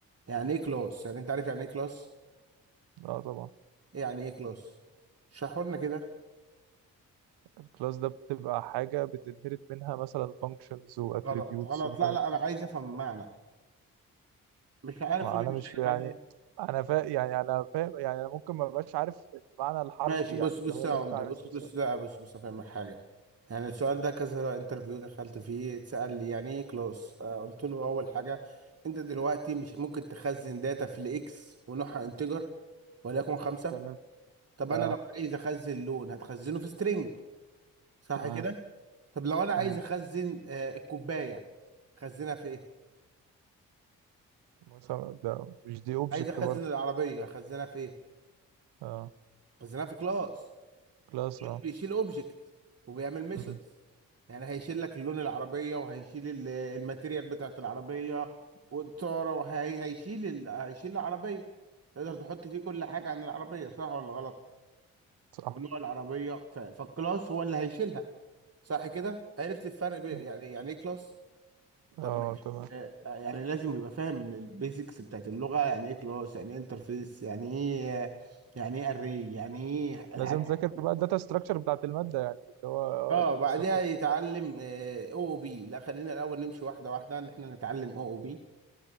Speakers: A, on the right; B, on the right.
A: يعني ايه كلاس يعني انت عارف يعني ايه كلاس
B: اه طبعا
A: يعني ايه كلاس اشرحوا لنا كده
B: الكلاس ده بتبقى حاجة بتنهرت منها مثلا functions و attributes
A: غلط غلط
B: وحاجات
A: لا لا انا عايز افهم المعنى مش عارف
B: ما
A: قول لي
B: انا
A: مش
B: مش
A: عارف
B: يعني
A: عادي
B: انا فا... يعني انا فاهم يعني انا ممكن ما بقاش عارف المعنى الحرفي
A: ماشي بص
B: يعني
A: بص
B: اللي هو
A: يا
B: اللي
A: عمده
B: انت عايز
A: بص
B: توصل
A: بص لا بص بص افهمك حاجه يعني السؤال ده كذا انترفيو دخلت فيه اتسال لي يعني ايه كلاس آه قلت له اول حاجه انت دلوقتي مش ممكن تخزن داتا في الاكس ونوعها انتجر وليكن خمسه
B: تمام
A: طب انا
B: اه
A: لو عايز اخزن لون هتخزنه في سترينج صح
B: تمام
A: كده طب لو انا عايز
B: مم.
A: اخزن آه الكوبايه خزنها في ايه
B: مثلا ده مش دي اوبجكت
A: عايز اخزن
B: برضه
A: العربيه اخزنها في ايه
B: اه
A: اخزنها في كلاس
B: كلاس
A: كلاس
B: اه
A: بيشيل اوبجكت وبيعمل ميثودز
B: امم
A: يعني هيشيل لك اللون العربيه وهيشيل ال- الماتيريال بتاعت العربيه والطاره وهيشيل ال... هيشيل العربيه تقدر تحط فيه كل حاجه عن العربيه صح ولا غلط
B: صح
A: ونوع العربيه ف... فالكلاس هو اللي هيشيلها صح كده عرفت الفرق بين
B: صح.
A: يعني يعني ايه كلاس
B: اه
A: طب ماشي
B: تمام
A: آه، آه، يعني لازم يبقى فاهم البيزكس بتاعت اللغه يعني ايه كلاس يعني ايه انترفيس يعني ايه يعني ايه اري يعني ايه الحاجات
B: لازم تذاكر بقى الداتا ستراكشر بتاعت الماده يعني اللي هو اه
A: اه بعدها
B: بالظبط
A: يتعلم او او بي لا خلينا الاول نمشي واحده واحده ان احنا نتعلم او او بي